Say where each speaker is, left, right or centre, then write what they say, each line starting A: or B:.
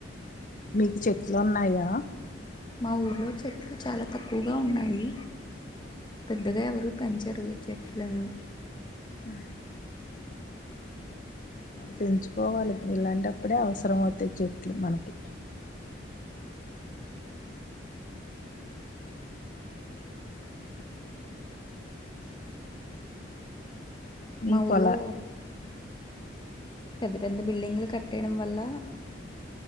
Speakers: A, on the left; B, on the left.
A: మీకు చెట్లు ఉన్నాయా
B: మా ఊర్లో చె చాలా తక్కువగా ఉన్నాయి పెద్దగా ఎవరు పెంచరు చెట్లను
A: ఉ హు మరి పెంచుకోవాలి ఇలాంటప్పుడే అవసరం అవుతాయి చెట్లు మనకి మీ
B: మా ఊర్లో
A: పొలా
B: పెద్ద పెద్ద బిల్డింగ్లు కట్టేయడం వల్ల